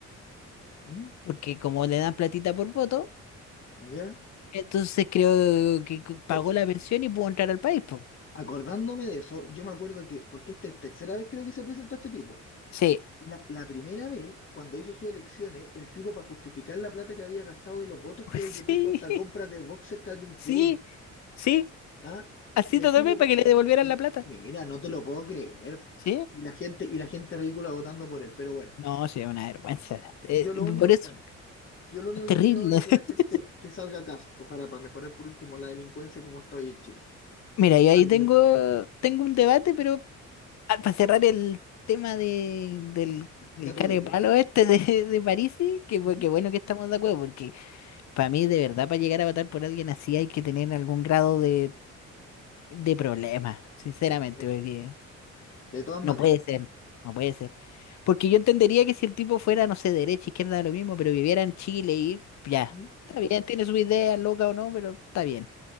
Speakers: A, on the left (about 40°); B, on the left (about 65°).
A: ¿Mm?
B: porque como le dan platita por voto,
A: ¿Ya?
B: entonces creo que c- pagó
A: Pero
B: la pensión y pudo entrar al país, po.
A: acordándome de eso, yo me acuerdo que, porque esta es tercera vez creo que se presenta este tipo.
B: Sí,
A: La, la primera vez, cuando hizo sus elecciones, el tipo para justificar la plata que había gastado de los votos,
B: <laughs>
A: creo que puso
B: sí,
A: hasta compras de boxer Calvin
B: sí,
A: Klein.
B: sí,
A: ¿Ah?
B: así
A: Y el
B: lo
A: tipo
B: tomé
A: pa-
B: para que le devolvieran
A: M-
B: la plata.
A: Mira, no te lo puedo creer. po.
B: Sí,
A: Y la gente, y la gente ridícula votando por él. Pero bueno,
B: no, sí, es una vergüenza. Eh,
A: yo lo único,
B: por eso,
A: bueno, yo lo único
B: es terrible.
A: que pido ahora es
B: <laughs>
A: que la gente que salga a casa ojalá para mejorar por último la delincuencia como está hoy en Chile.
B: Mira, y ahí
A: Alguien
B: tengo, tengo un debate, pero Ah, para cerrar el tema de, del, del
A: de ridículo.
B: cara de palo este de, de Parisi, que, bu-
A: ¿Mm?
B: que bueno que estamos de acuerdo, porque para mí de verdad para llegar a votar por alguien así hay que tener algún grado de, de problema, sinceramente,
A: De,
B: porque
A: de todas maneras.
B: no puede ser, no puede ser. Porque yo entendería que si el tipo fuera, no sé, derecha, izquierda, lo mismo, pero viviera en Chile y ya,
A: ¿Mm?
B: está bien, tiene su idea, loca o no, pero está bien.